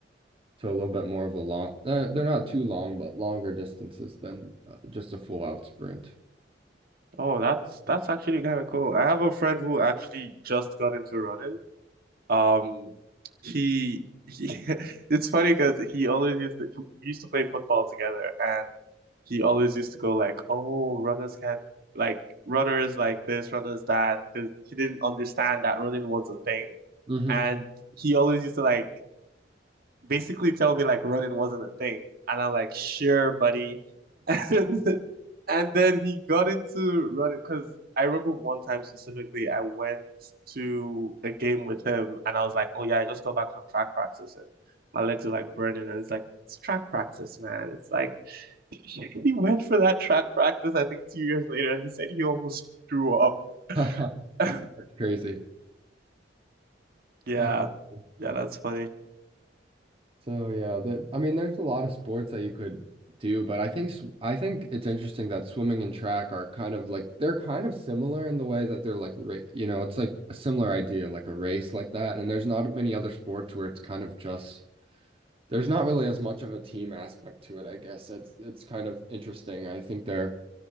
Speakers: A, on the right (about 30°); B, on the right (about 55°).
A: So a little bit more of a long, uh, they're not too long, but longer distances than uh, just a full out sprint.
B: Oh, that's that's actually kind of cool. I have a friend who actually just got into running, Um, he, he <laughs> it's funny because he always used to he used to play football together, and he always used to go like, "Oh, runners can't like runners like this, runners that," because he didn't understand that running was a thing,
A: Mm-hmm.
B: and he always used to like basically tell me like running wasn't a thing. And I'm like, sure, buddy. <laughs> And and then he got into running because I remember one time specifically, I went to a game with him and I was like, oh yeah, I just got back from track practice and my legs are like burning. And it's like, it's track practice, man. It's like, he went for that track practice, I think two years later, and he said he almost threw up.
A: <laughs>
B: <laughs>
A: That's crazy.
B: Yeah.
A: That's interesting.
B: Yeah, that's funny.
A: So yeah, that I mean, there's a lot of sports that you could do, but I think sw- I think it's interesting that swimming and track are kind of like they're kind of similar in the way that they're like ra you know, it's like a similar idea, like a race like that. And there's not many other sports where it's kind of just there's not really as much of a team aspect to it, I guess. It's it's kind of interesting. I think they're